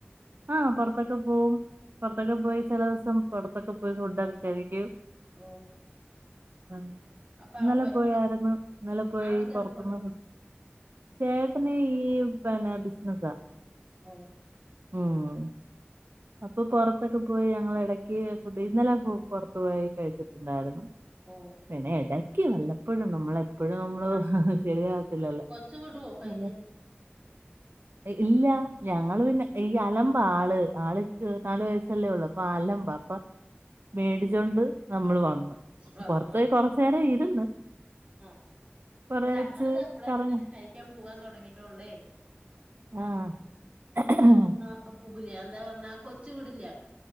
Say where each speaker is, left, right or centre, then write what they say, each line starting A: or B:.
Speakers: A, on the right; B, on the right.
A: ആഹ പുൊറത്തൊക്കെ പോകും പൊറത്തൊക്കെ പോവും പൊർതോക്കെപോയി ചെല ദിവസം പുറത്തൊക്കെ പോയി ഫുഡ്ക്കേ കഴിക്കും.
B: ഓ
A: ആഹ്.
B: അപ്പൊ
A: ഇന്നലെ
B: ഒ-
A: പോയായിരുന്ന് ഇന്നലെ പോയി
B: ആളിക്ക്
A: പുറത്ന്ന്
B: എന്ത് പണി
A: ചേട്ടന് ഈ പിന്നെ ബിസിനസാ
B: ഓഹ്
A: ഉം അപ്പൊ പുറത്തൊക്കെ പോയി ഞങ്ങളെടക്ക് ഫുഡ് ഇന്നലെ പൊറത്തു പോയി കഴിച്ചിട്ടുണ്ടായിരുന്നു.
B: ഓ
A: പിന്നെ എടക്ക് വല്ലപ്പോഴും നമ്മളെ ഇപ്പഴും നമ്മള്
B: ആ
A: ശരിയാകത്തില്ലല്ലോ
B: കൊച്ചു വിടുവോ കഴിക്കാന്
A: അതെ എ ഇല്ല ഞങ്ങള്
B: ഉം,
A: പിന്നെ ഈ അലമ്പാ ആള് ആള്ക്ക് നാലു വയസ്സല്ലേ ഉള്ളു അപ്പൊ അലമ്പാ അപ്പ മേടിച്ചോണ്ട് നമ്മള് വന്ന്
B: വന്നു
A: പൊറത്തോയി കൊറച്ചു നേരം ഇരുന്ന്.
B: ആ
A: കൊറച്ച്
B: തങ്ങൾത് ഇപ്പളൊക്കെ
A: കറങ്ങ
B: തന്നെ കഴിക്കാൻ പോകാൻ തൊടങ്ങിട്ടോള്ളേ.
A: ആഹ്
B: ആ പുക് ല്യാ എന്താ പറഞ്ഞാ കൊച്ച് വിടില്ല